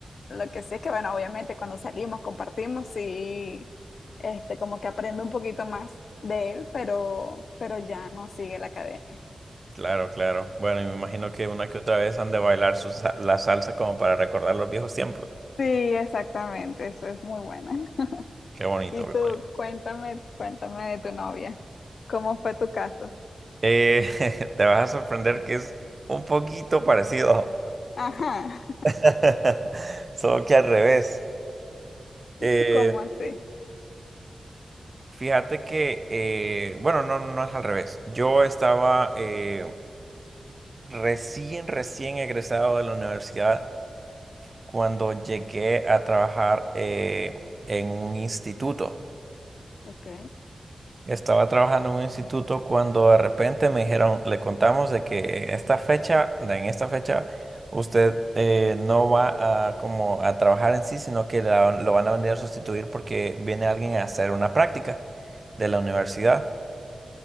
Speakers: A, on the left; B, on the right.
A: lo que sí es que, bueno, obviamente cuando salimos, compartimos, sí, este, como que aprendo un poquito más de él, pero, pero ya no sigue la academia.
B: Claro, claro. Bueno, y me imagino que una que otra vez han de bailar su sa- la salsa como para recordar los viejos tiempos.
A: Sí, exactamente, eso es muy buena. <laughs>
B: Qué bonito,
A: Y
B: qué
A: tú,
B: bonito.
A: cuéntame, cuéntame de tu novia. ¿Cómo fue tu caso?
B: Eh, <laughs> te vas a sorprender que es un poquito parecido,
A: Ajá,
B: <laughs> solo que al revés.
A: <laughs>
B: Eh,
A: ¿cómo así?
B: fíjate que, eh, bueno, no, no es al revés. Yo estaba eh, recién, recién egresado de la universidad cuando llegué a trabajar eh, en un instituto.
A: Ok,
B: Estaba trabajando en un instituto cuando de repente me dijeron, le contamos de que esta fecha, de en esta fecha, usted eh, no va a como a trabajar en sí, sino que la- lo van a venir a sustituir porque viene alguien a hacer una práctica de la universidad.